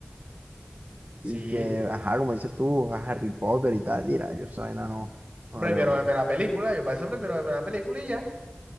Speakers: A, on the right; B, on the right.
A: Sí.
B: Y que, ajá, como dices tú, a Harry Potter y tal, mira, yo esa vaina no, no
A: Prefiero
B: la leo, mano.
A: verme la película, yo para eso prefiero verme la película y ya. O